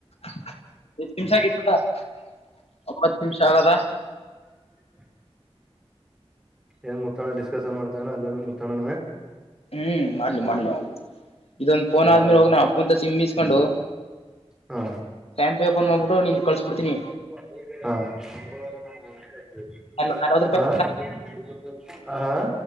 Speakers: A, on the left; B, in the centre.
A: <inaudible> ಇಗ ತಿನ್ನಸಾಕ ಇತ್ತ <inaudible> ಒಂಬತ್ತ ನಿಮಿಷ ಆಗದ
B: <inaudible> ಏನ್ ಮುುತ್ತಣ ಡಿಸ್ಕಶನ್ ಮಾಡ್ತಾನ ಎಲ್ಲಾನ ಮುುತ್ತಣನವೇ.
A: ಹ್ಮ್ ಮಾಡ್ಲಿ ಮಾಡ್ಲಿ ಇದೊಂದ್ ಫೋನ್
B: ಹಾ
A: ಆದ್ಮೇಲೆ ಹೋಗ ನಮ್ಮ ಅಪ್ಪಂತ ಸಿಮ್ಮ ಇಸ್ಕೊಂಡು.
B: ಹಾ
A: ಸ್ಟಂಪ್ ಪೇಪರ್ ಮಾಡಬೂಟ್ಟು ನಿಂದು ಕಳಸಬಿಡ್ತನಿ.
B: ಹ ಹ <unintelligible>
A: ನಲ್ವತ್ ರೂಪಾಯಿ
B: ಹಾ